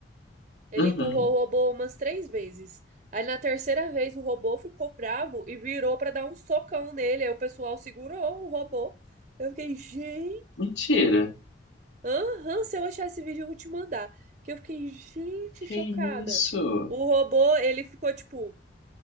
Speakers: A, on the right; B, on the left.
A: Ele
B: Uhum.
A: empurrou o robô umas três vezes. Aí na terceira vez o robô ficou bravo e virou pra dar um socão nele. Aí o pessoal segurou o robô. Eu fiquei, gente.
B: Mentira.
A: Aham, se eu achar esse vídeo, eu vou te mandar. Que eu fiquei, gente,
B: Que
A: chocada.
B: isso?
A: O robô, ele ficou tipo,